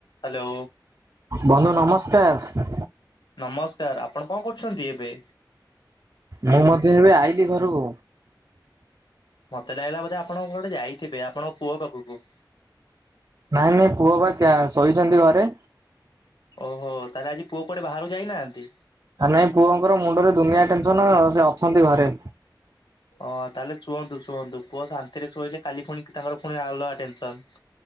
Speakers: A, on the left; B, on the right.
A: Hello.
B: ବନ୍ଧୁ ନମସ୍କାର।
A: ନମସ୍କାର ଆପଣ କଅଁ କରୁଚନ୍ତି ଏବେ?
B: ମୁଁ ମଧ୍ୟ ଏବେ ଆଇଲିି ଘରକୁ।
A: ମତେ ଲାଗିଲା ବୋଧେ ଆପଣ କୋଆଟେ ଯାଇଥିବେ ଆପଣଙ୍କ ପୁଅ ପାଖକୁ।
B: ନାଇଁ ନାଇଁ ପୁଅ ବା ଟା ଶୋଇଛନ୍ତି ଘରେ।
A: ଓହୋ ତାହେଲେ ଆଜି ପୁଅ କୁଆଡେ ବାହାରୁ ଯାଇନାହାନ୍ତି।
B: ନାଇଁ ପୁଅଙ୍କର ମୁଣ୍ଡରେ ଦୁନିଆ ଟେନସନ ସେ ଅଛନ୍ତି ଘରେ।
A: ହଁ ତାହେଲେ ଶୁଅନ୍ତୁ ଶୁଅନ୍ତୁ ପୁଅ ଶାନ୍ତିରେ ଶୋଇଲେ କାଲି ପୁଣି ତାଙ୍କର ପୁଣି ଆଲଗା ଟେନସନ।